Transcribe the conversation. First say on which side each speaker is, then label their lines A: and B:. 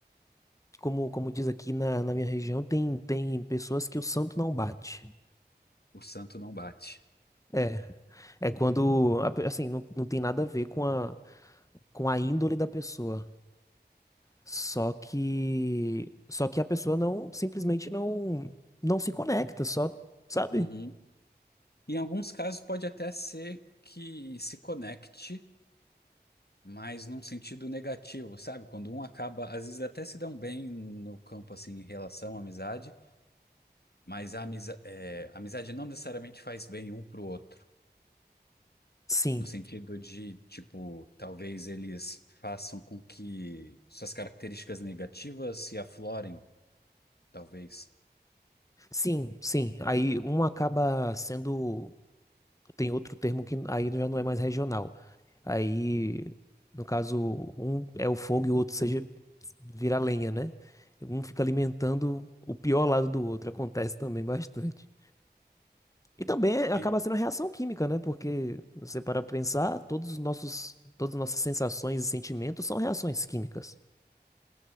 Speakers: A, on the left; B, on the left.
A: como, como diz aqui na, na minha região, tem, tem pessoas que o santo não bate.
B: O santo não bate.
A: É, é quando, a pe- assim, não, não tem nada a ver com a, com a índole da pessoa. Só que, só que a pessoa não, simplesmente não, não se conecta, só, sabe?
B: Uhum. Em alguns casos pode até ser que se conecte, mas num sentido negativo, sabe? Quando um acaba, às vezes até se dão bem no campo assim em relação à amizade, mas a amiza é, a amizade não necessariamente faz bem um pro outro.
A: Sim,
B: No sentido de, tipo, talvez eles façam com que suas características negativas se aflorem, talvez.
A: sim, sim. Aí um acaba sendo, tem outro termo que aí já não é mais regional. Aí, no caso, um é o fogo e o outro seja vira lenha, né? Um fica alimentando o pior lado do outro. Acontece também bastante. E também é- acaba
B: E
A: sendo reação química, né? Porque você para pensar, todos os nossos, todas as nossas sensações e sentimentos são reações químicas.